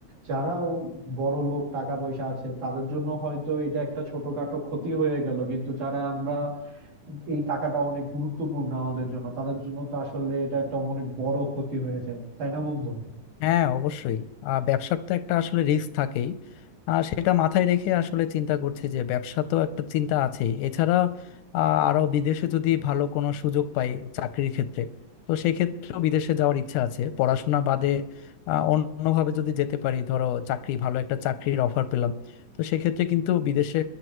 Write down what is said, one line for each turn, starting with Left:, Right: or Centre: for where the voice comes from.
Right: যারা ও- বড় লোক টাকা পয়সা আছে তাদের জন্য হয়তো এটা একটা ছোটখাটো ক্ষতি হয়ে গেল কিন্তু যারা আমরা এই টাকাটা অনেক গুরুত্বপূর্ণ আমাদের জন্য তাদের জন্য তো আসলে এটা একটা অনেক বড় ক্ষতি হয়ে যায় তাই না বন্ধু
Left: হ্যাঁ অবশ্যই আহ, ব্যবসার তো একটা আসলে রিস্ক থাকেই আহ, সেটা মাথায় রেখে আসলে চিন্তা করছি যে ব্যবসা তো একটা চিন্তা আছেই এছাড়া আহ, আরো বিদেশে যদি ভালো কোনো সুযোগ পাই চাকরির ক্ষেত্রে তো সেক্ষেত্রেও বিদেশে যাওয়ার ইচ্ছা আছে পড়াশোনা বাদে আহ, অন্যভাবে যদি যেতে পারি ধরো চাকরি ভালো একটা চাকরির অফার পেলাম তো সেক্ষেত্রে কিন্তু বিদেশে